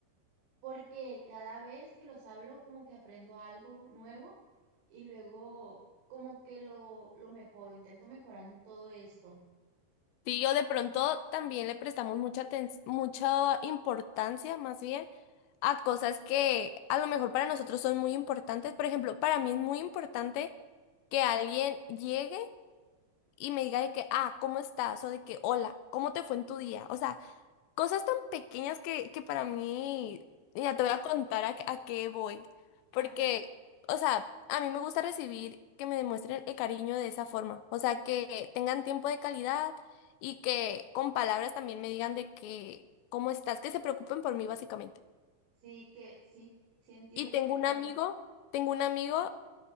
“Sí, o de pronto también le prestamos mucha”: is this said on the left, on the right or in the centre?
Left